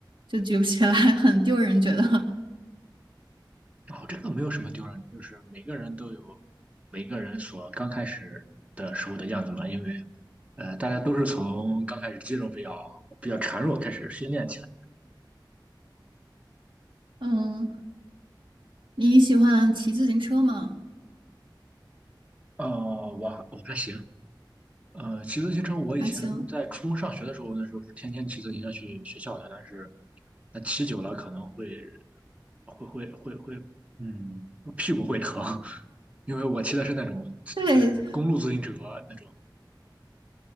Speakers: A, on the right; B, on the right.
A: 就举不起来，<laughs> 很丢人，觉得。
B: 哦，这个没有什么丢人的，就是每个人都有每个人所刚开始的时候的样子嘛。因为，呃，大家都是从刚开始肌肉比较比较孱弱开始训练起来。
A: 嗯，你喜欢骑自行车吗？
B: 哦，我还我还行。呃，骑自行车，我以前在初中上学的时候，
A: 还行。
B: 那时候是天天骑自行车去学校的，但是那骑久了可能会会会会会，嗯，屁股会疼，<laughs> 因为我骑的是那种就是公路自行车那种
A: 对，